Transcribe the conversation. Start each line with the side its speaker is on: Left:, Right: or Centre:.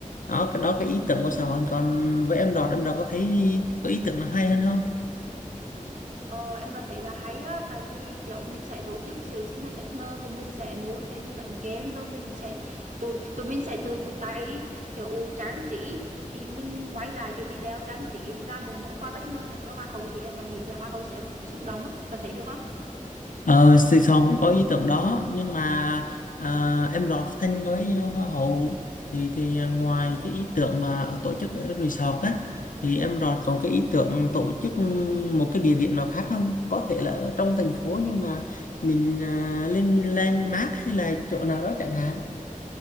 Left: Đó, cái đó cái ý tưởng của
Right: Ừ,
Left: Sơn còn với em Đọt, em Đọt có thấy có ý tưởng nào hay hơn không?
Right: Ờ, em đã thấy là hay đó tại vì kiểu mình sẽ tổ chức siêu sinh nhật bất ngờ thì mình sẽ mua thêm bánh kem rồi mình sẽ tụi tụi mình sẽ tự tay kiểu trang trí thì mình quay lại cái video trang trí làm một món quà bất ngờ nữa cho hoa hậu thì em đã nghĩ là hoa hậu sẽ xúc động á Cho thấy được không?
Left: Ờ, thì Sòn có ý tưởng đó nhưng mà à, em đọt Thanh với Hoa hậu thì thì ngoài cái ý tưởng mà tổ chức ở resort á thì em đọt còn cái ý tưởng tổ chức một cái địa điểm nào khác không? Có thể là ở trong thành phố nhưng mà mình à, lên landmark hay là chỗ nào đó chẳng hạn